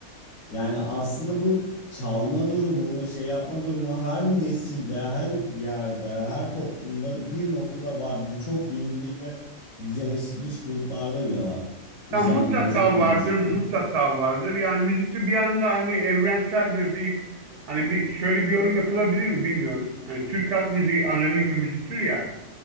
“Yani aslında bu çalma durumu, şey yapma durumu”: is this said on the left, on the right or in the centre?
Left